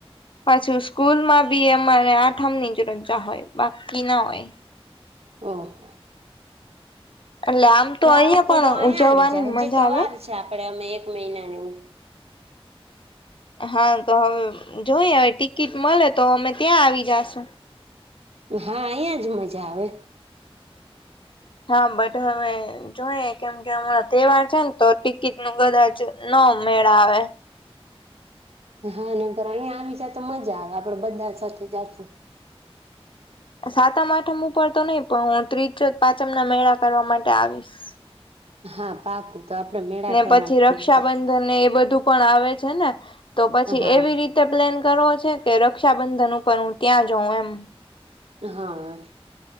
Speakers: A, on the left; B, on the right.
A: પાછું સ્કૂલ માં બી અમારે આઠમ ની રજા હોય બાકી ના હોય
B: ઓહ
A: એટલે આમ
B: તો
A: અહિયાં
B: આ વખતે
A: પણ
B: જો અહીયા
A: ઉજવવાની
B: આવી જાય હજી
A: મજા
B: તો
A: આવે
B: વાર છે આપડે અમે એક મહિનાની
A: હા તો હવે જોઈએ હવે ટિકિટ મળે તો અમે ત્યાં આવી જાશુ
B: હા અહિયાં જ મજા આવે
A: હા બટ હવે જોઈએ કેમ કે હમણાં તહેવાર છે ને તો ટિકિટ નું કદાચ ન હ મેળ આવે
B: હા નકર અહિયા આવી જાય તો મજા આવે આપડે બધા સાથે જાશું
A: સાતમ આઠમ ઉપર તો નહી પણ હું ત્રીજો પાંચમ ના મેળા કરવા માટે આવીશ
B: હા પાકું તો આપડે મેળા
A: ને
B: કરવા
A: પછી
B: ભેગા
A: રક્ષાબંધનને
B: જશું
A: એ બધું પણ આવે છે ને તો પછી
B: હા
A: એવી રીતે પે્લેન કરો છે કે રક્ષાબંધન ઉપર હું ત્યાં જાઉં એમ
B: હા